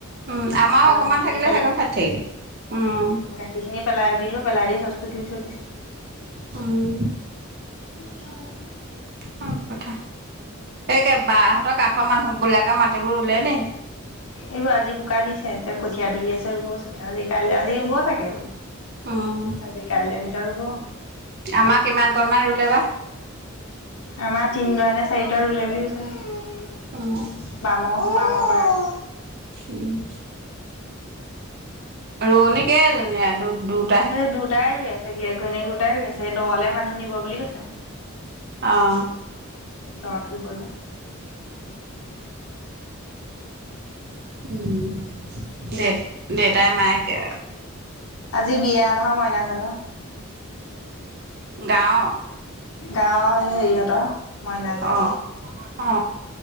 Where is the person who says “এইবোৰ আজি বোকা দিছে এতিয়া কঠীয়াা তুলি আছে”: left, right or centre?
Left